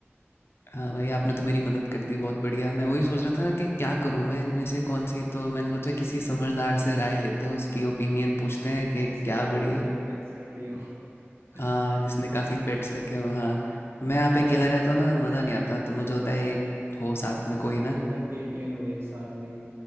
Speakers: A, on the left; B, on the right.
A: हाँ भाई आपने तो मेरी मदद कर दी बहुत बढ़िया मैं वही सोच रहा था कि क्या करूँ मैं इनमें से कौन सी तो मैंने सोचा किसी समझदार से राय लेते हैं उसकी ओपिनियन पूछते हैं कि
B: जिसने
A: क्या बढ़िया
B: काफी पेट्स रखे हो <laughs>
A: हाँ जिसने काफ़ी पेट्स रखे हो हाँ मैं यहाँ पे अकेला रहता हूँ ना मज़ा नहीं आता तो मुझे होता है एक हो साथ में कोई ना
B: एक कंपेनियन हो एक साथ में